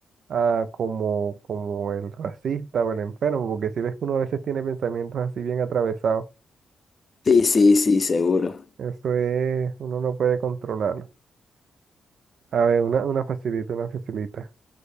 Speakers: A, on the right (about 65°); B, on the left (about 45°).
A: a como, como el racista o el enfermo, porque si ves que uno a veces tiene pensamientos así bien atravesados,
B: Sí, sí, sí, seguro.
A: eso es, uno no puede controlarlo. A ver, una, una facilita, una facilita.